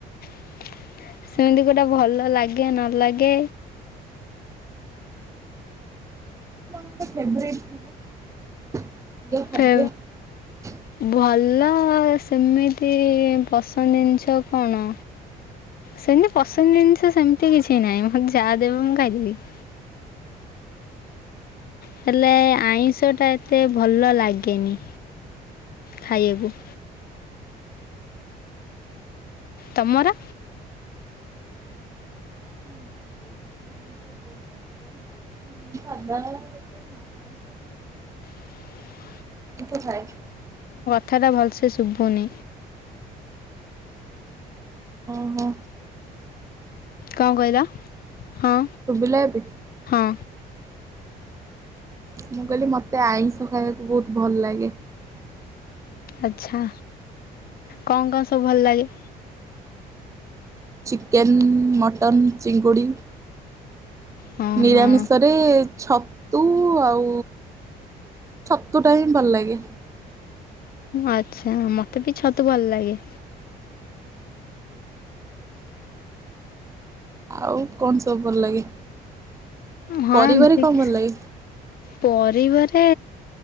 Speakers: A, on the left (about 60°); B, on the right (about 20°).
A: <inaudible> ସେମିତି ଗୋଟେ ଭଲ ଲାଗେ ନ ଲାଗେ
B: ଫେବ୍ରାଇଟ <unintelligible>
A: ଫେ ଭଲ ସେମିତି ପସନ୍ଦ ଜିନିଷ କଣ ସେମିତି ପସନ୍ଦ ଜିନିଷ ସେମିତି କିଛି ନାହିଁ ମତେ ଯାହା ଦେବ ମୁଁ ଖାଇଦେବି। <inaudible> ହେଲେ ଆଇଁଷଟା ଏତେ ଭଲ ଲାଗେନି। ଖାଇବାକୁ। ତମର?
B: ମତେ <unintelligible>
A: <inaudible>
B: ଉପଥାଏ
A: କଥା ଟା ଭଲସେ ଶୁଭୁନି।
B: ଓ ହୋ।
A: କଣ କହିଲା ହଁ
B: ଶୁଭିଲା ଏବେ?
A: ହଁ।
B: ମୁଁ କହିଲି ମତେ ଆଇଁଷ ଖାଇବାକୁ ବହୁତ ଭଲ ଲାଗେ।
A: ଆ୍ଛା କଣ କଣ ସବୁ ଭଲ ଲାଗେ?
B: ଚିକେନ ମଟନ ଚିଙ୍ଗୁଡ଼ି।
A: ହଁ
B: ନିରାମିଷ
A: ହଁ
B: ରେ ଛତୁ ଆଉ ଛତୁ ଟା ହିଁ ଭଲ ଲାଗେ।
A: ଆଚ୍ଛା ମତେ ବି ଛତୁ ଭଲ ଲାଗେ।
B: ଆଉ କଣ ସବୁ ଭଲ ଲାଗେ?
A: ହଁ
B: ପରିବାରେ
A: ଏମିତି
B: କଣ
A: କି
B: ଭଲ ଲାଗେ?
A: ପରିବାରେ